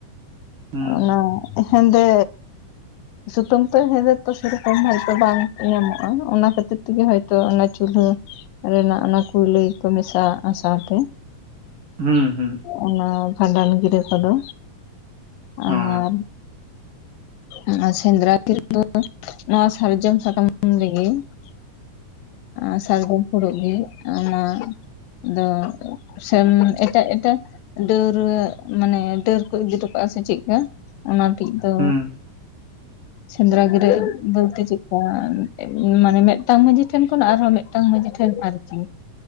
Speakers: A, on the right; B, on the left.
A: ᱦᱩᱸ
B: ᱚᱱᱟ ᱦᱮᱸᱫᱮ ᱥᱩᱛᱟᱹᱢ ᱛᱮ ᱦᱮᱸᱫᱮ ᱛᱚ, ᱥᱮᱨᱚᱠᱚᱢ ᱦᱚᱭᱛᱚ ᱵᱟᱝ ᱧᱟᱢᱚᱜᱼᱟ, ᱚᱱᱟ ᱠᱷᱟᱹᱛᱤᱨ ᱛᱤᱜᱤ ᱦᱚᱭᱛᱚ ᱚᱱᱟ ᱪᱩᱞᱦᱟᱹ ᱨᱮᱱᱟᱜ ᱚᱱᱟ ᱠᱩᱞᱟᱹᱭ ᱠᱩ ᱢᱮᱥᱟᱣᱟᱜᱼᱟ ᱥᱟᱶᱛᱮ᱾
A: ᱦᱩᱸ, ᱦᱩᱸ᱾
B: ᱚᱱᱟ ᱵᱷᱟᱸᱰᱟᱱ ᱜᱤᱨᱟᱹ ᱠᱚᱫᱚ,
A: ᱦᱩᱸ
B: ᱟᱨ ᱚᱱᱟ ᱥᱮᱸᱫᱽᱨᱟ ᱜᱤᱨᱟᱹ, ᱱᱚᱣᱟ ᱥᱟᱨᱡᱚᱢ ᱥᱟᱠᱟᱢ ᱨᱮᱜᱮ? <inaudible> <unintelligible> ᱯᱷᱩᱲᱩᱜ ᱜᱮ ᱚᱱᱟ ᱫᱚ, ᱥᱮᱢ ᱮᱴᱟᱜ ᱮᱴᱟᱜ ᱰᱟᱹᱨ ᱰᱷᱟᱣᱨᱟᱹᱜ, ᱢᱟᱱᱮ ᱰᱟᱹᱨ ᱠᱚ ᱤᱫᱤ ᱴᱚ ᱠᱟᱜᱼᱟ, ᱥᱮ ᱪᱮᱫᱠᱟ, ᱚᱱᱟ ᱴᱤᱡᱫᱚ ᱫᱚ?
A: ᱦᱩᱸ
B: ᱥᱮᱸᱫᱽᱨᱟ ᱜᱤᱨᱟᱹᱵᱚᱞᱛᱮ‌ ᱪᱮᱫᱠᱟ? ᱢᱟᱱᱮ ᱢᱤᱫᱴᱟᱝ ᱢᱟᱺᱡᱷᱤ ᱴᱷᱮᱱ ᱠᱷᱚᱱ, ᱟᱨᱦᱚᱸ ᱢᱤᱫᱴᱟᱝ ᱢᱟᱺᱡᱷᱤ ᱴᱷᱮᱱ ᱟᱨᱠᱤ